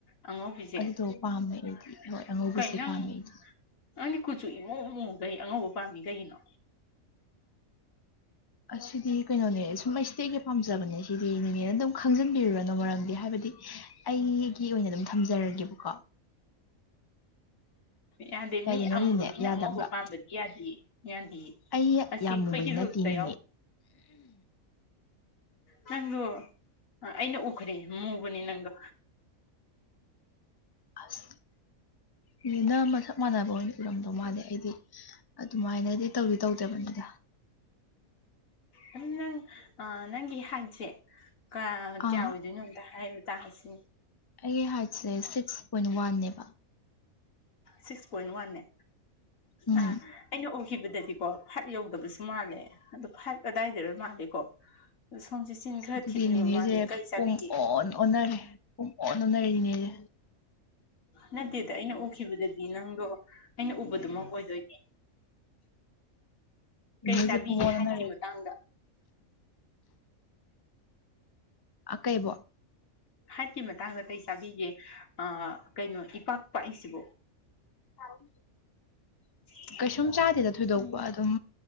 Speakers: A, on the left; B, on the left.
A: ꯑꯉꯧꯕꯤꯁꯦ
B: ꯑꯗꯨꯗꯣ ꯄꯥꯝꯃꯦ ꯑꯩꯗꯤ ꯍꯣꯏ ꯑꯉꯧꯕꯤꯁꯦ
A: ꯀꯩ ꯅꯪ
B: ꯄꯥꯝꯃꯦ ꯑꯩꯗꯤ
A: ꯅꯪꯗꯤ ꯀꯨꯆꯨ ꯏꯃꯨ ꯑꯃꯃꯨꯈꯩ ꯑꯉꯧꯕ ꯄꯥꯝꯃꯤ ꯀꯩꯒꯤꯅꯣ
B: ꯑꯁꯤꯗꯤ ꯀꯩꯅꯣꯅꯦ ꯁꯨꯝ ꯑꯩ ꯁꯤꯗꯤ ꯑꯩꯒ ꯄꯥꯝꯖꯕꯅꯦ ꯁꯤꯗꯤ ꯅꯤꯅꯦꯅ ꯑꯗꯨꯝ ꯈꯪꯖꯟꯕꯤꯔꯨꯔꯅꯣ ꯃꯔꯝꯗꯤ ꯍꯥꯏꯕꯗꯤ ꯑꯩꯒꯤ ꯑꯣꯏꯅ ꯑꯗꯨꯝ ꯊꯝꯖꯔꯒꯦꯕꯀꯣ
A: ꯌꯥꯗꯦ
B: ꯌꯥꯏꯗꯅꯅꯤꯅꯦ
A: ꯃꯤ ꯑꯃꯨꯕ ꯃꯤꯅ
B: ꯌꯥꯗꯕ꯭ꯔꯥ
A: ꯑꯉꯧꯕ ꯄꯥꯝꯕꯗꯤ ꯌꯥꯗꯦ ꯌꯥꯗꯦꯌꯦ
B: ꯑꯩ
A: ꯑꯁꯤ
B: ꯌꯥꯝ
A: ꯑꯩꯈꯣꯏꯒꯤ
B: ꯃꯨꯕꯗꯤ ꯅꯠꯇꯤꯌꯦ
A: ꯔꯨꯜꯁꯇ
B: ꯅꯤꯅꯦ
A: ꯅꯪꯗ ꯑꯩꯅ ꯎꯈ꯭ꯔꯦ ꯃꯨꯕꯅꯤ ꯅꯪꯗꯣ
B: ꯑꯁ ꯅꯤꯅꯦꯅ ꯃꯁꯛ ꯃꯥꯟꯅꯕ ꯑꯣꯏꯅ ꯎꯔꯝꯗꯧ ꯃꯥꯜꯂꯦ ꯑꯩꯗꯤ ꯑꯗꯨꯃꯥꯏꯅꯗꯤ ꯇꯧꯗꯤ ꯇꯧꯗꯕꯅꯤꯗ
A: ꯑꯗꯨ ꯅꯪ ꯅꯪꯒꯤ ꯍꯥꯏꯠꯁꯦ ꯀꯌꯥ
B: ꯑꯥ
A: ꯑꯣꯏꯗꯣꯏꯅꯣ ꯑꯝꯇ ꯍꯥꯏ ꯇꯥꯁꯤ
B: ꯑꯩꯒꯤ ꯍꯥꯏꯠꯁꯦ ꯁꯤꯛꯁ ꯄꯣꯏꯟ ꯋꯥꯟꯅꯦꯕ
A: ꯁꯤꯛꯁ ꯄꯣꯏꯟꯠ ꯋꯥꯟꯅꯦ
B: ꯎꯝ
A: ꯑ ꯑꯩꯅ ꯎꯈꯤꯕꯗꯗꯤꯀꯣ ꯐꯥꯏꯚ ꯌꯧꯗꯕꯁꯨ ꯃꯥꯜꯂꯦ ꯑꯗꯨꯣ ꯐꯥꯏꯚ ꯀꯗꯥꯏꯗꯅꯣ ꯃꯥꯜꯂꯤꯀꯣ <unintelligible>
B: ꯑꯗꯨꯗꯤ ꯅꯦꯅꯦꯁꯦ
A: ꯃꯥꯜꯂꯦ ꯀꯩ ꯆꯥꯕꯤꯒꯦ
B: ꯄꯨꯝ ꯑꯣꯟ ꯑꯣꯟꯅꯔꯦ ꯄꯨꯝ ꯑꯣꯟ ꯑꯣꯟꯅꯔꯦ ꯅꯦꯅꯦꯁꯦ
A: ꯅꯠꯇꯦꯗ ꯑꯩꯅ ꯎꯈꯤꯕꯗꯗꯤ ꯅꯪꯗꯣ ꯑꯩꯅ ꯎꯕꯗꯨꯃꯛ ꯑꯣꯏꯗꯣꯏꯅꯦ ꯀꯩ
B: ꯅꯤꯅꯦ
A: ꯆꯥꯕꯤꯒꯦ
B: ꯄꯨꯡꯑꯣꯟ
A: ꯍꯥꯏꯠꯀꯤ
B: ꯑꯣꯟꯅꯔꯦ
A: ꯃꯇꯥꯡꯗ
B: ꯑꯥ ꯀꯩꯕꯣ
A: ꯍꯥꯏꯠꯀꯤ ꯃꯇꯥꯡꯗ ꯀꯔꯤ ꯆꯥꯕꯤꯒꯦ ꯀꯩꯅꯣ ꯏꯄꯥꯛ ꯄꯥꯛꯏꯁꯤꯕꯨ
B: <unintelligible>
A: <unintelligible>
B: ꯀꯩꯁꯨꯝ ꯆꯥꯗꯦꯗ ꯊꯣꯏꯗꯣꯛꯄ ꯑꯗꯨꯝ